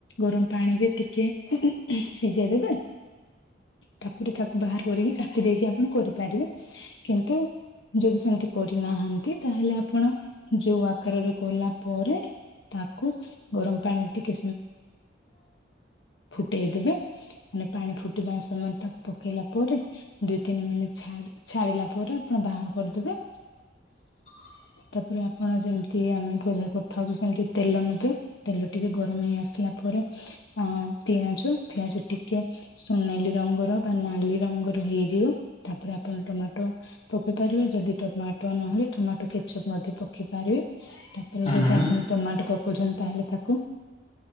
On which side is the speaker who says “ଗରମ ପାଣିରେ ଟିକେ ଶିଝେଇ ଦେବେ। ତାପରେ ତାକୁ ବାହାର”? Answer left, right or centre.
Left